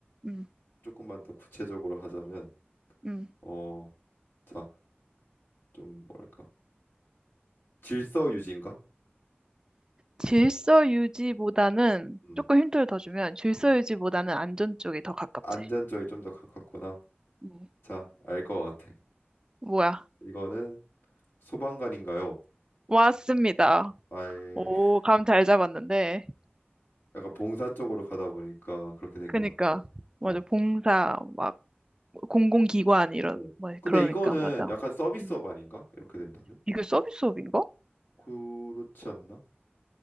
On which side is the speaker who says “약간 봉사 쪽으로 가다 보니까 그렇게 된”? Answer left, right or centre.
Left